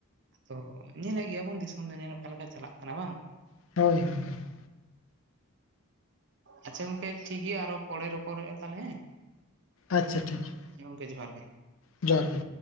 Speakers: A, on the right; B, on the left.
A: ᱟᱫᱚ᱾ ᱛᱚ ᱧᱮᱞᱮᱫ ᱜᱮᱭᱟ ᱵᱚᱱ ᱫᱤᱥᱚᱢ ᱫᱩᱱᱤᱭᱟᱹ ᱨᱮ ᱚᱠᱟ ᱞᱮᱠᱟ ᱪᱟᱞᱟᱜ ᱠᱟᱱᱟ ᱵᱟᱝ?
B: <unintelligible>
A: ᱟᱪᱪᱷᱟ ᱜᱚᱢᱠᱮ ᱴᱷᱤᱠ ᱜᱮᱭᱟ ᱟᱨᱦᱚᱸ ᱯᱚᱲᱮ ᱨᱚᱯᱚᱲ ᱦᱩᱭᱩᱜ-ᱟ ᱛᱟᱦᱞᱮ ᱦᱮᱸ᱾
B: ᱟᱪᱪᱷᱟ ᱴᱷᱤᱠ ᱜᱮᱭᱟ᱾
A: ᱦᱮᱸ ᱜᱚᱝᱠᱮ ᱡᱚᱦᱟᱨ ᱜᱮ᱾
B: ᱡᱚᱦᱟᱨ ᱜᱮ᱾